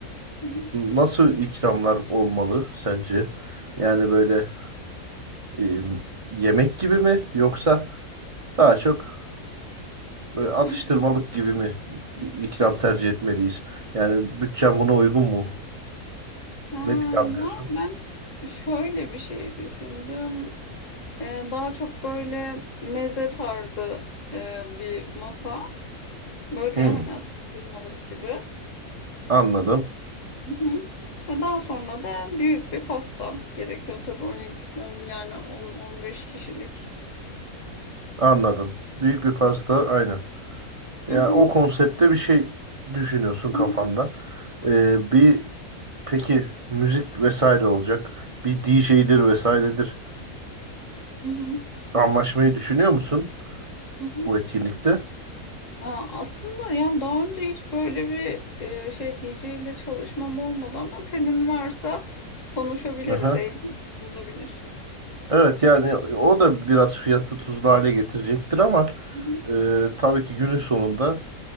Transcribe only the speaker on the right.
Nasıl ikramlar olmalı sence? Yani böyle e, yemek gibi mi yoksa daha çok böyle atıştırmalık
gibi mi i- ikram tercih etmeliyiz? Yani bütçem buna uygun mu?
Ne planlıyorsun?
Hmm,
anladım,
anladım. Büyük bir pasta, aynen. Yani
o konsepte bir şey düşünüyorsun kafanda.
Ee, bir peki müzik vesaire olacak. Bir D DJ'dir vesairedir.
Anlaşmayı düşünüyor musun
bu etkinlikte?
Aha.
Evet yani o da biraz fiyatı tuzlu hale getirecektir ama
e, tabii ki günün sonunda